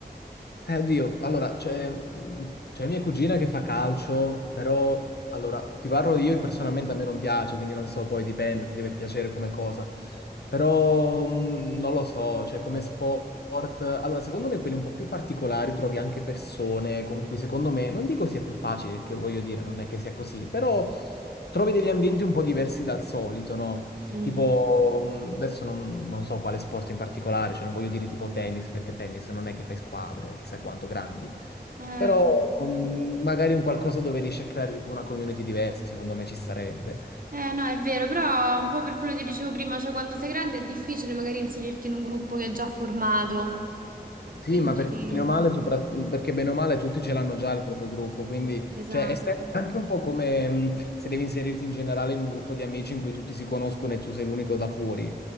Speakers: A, on the left; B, on the right.
A: Eh, oddio, allora, c'è c'è mia cugina che fa calcio, però, allora, ti parlo io personalmente a me non piace, quindi non so, poi dipende, ti deve piacere come cosa. Però, mh, non lo so, cioè come sport, allora, secondo me quelli un po' più particolari trovi anche persone con cui, secondo me, non dico sia più facile, che voglio dire, non è che sia così, però trovi degli ambienti un po' diversi dal solito, no?
B: Mhm.
A: Tipo, mh, adesso non, non so quale sport in particolare, cioè non voglio dire tipo tennis, perché tennis non è che fai squadre, chissà quanto grandi,
B: Eh,
A: però mh, magari un qualcosa dove riesci a creare tipo una community diversa, secondo me ci starebbe.
B: eh, no, è vero, però un po' per quello che dicevo prima, cioè, quando sei grande è difficile magari inserirti in un gruppo che è già formato.
A: Sì,
B: Quindi,
A: ma perché bene o male, sopra- perché bene o male tutti ce l'hanno già il proprio gruppo, quindi
B: esatto.
A: cioè, è se- anche un po' come mh, se devi inserirti in generale in un gruppo di amici in cui tutti si conoscono e tu sei l'unico da fuori,